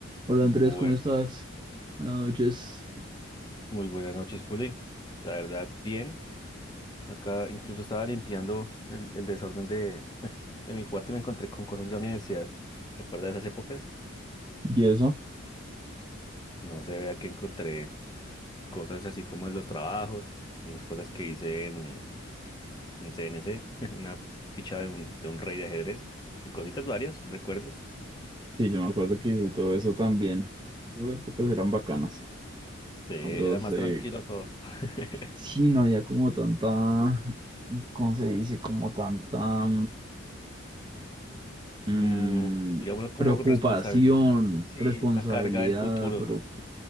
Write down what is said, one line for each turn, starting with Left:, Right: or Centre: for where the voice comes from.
Right: Hola
Left: Bue-
Right: Andrés, ¿cómo estás? Buenas noches.
Left: muy buenas noches, Juli. La verdad, bien. Acá incluso estaba limpiando el, el desorden de, <laughs> de mi cuarto y me encontré con cosas de la universidad. ¿Te acuerdas de esas épocas?
Right: Y eso,
Left: No se vea que encontré cosas así como en los trabajos, unas cosas que hice en, en CNC, <laughs> una ficha de un, de un rey de ajedrez y cositas varias, recuerdos.
Right: sí, yo me acuerdo que hice todo eso también. Esas épocas eran bacanas.
Left: Sí, era
Right: Nosotros,
Left: más
Right: eh,
Left: tranquilo todo. <laughs>
Right: sí, no había como tanta, ¿cómo se dice? Como tanta mm,
Left: Mm, digámoslo como
Right: preocupación,
Left: responsabilidad. Sí,
Right: responsabilidad,
Left: esa carga del futuro.
Right: pero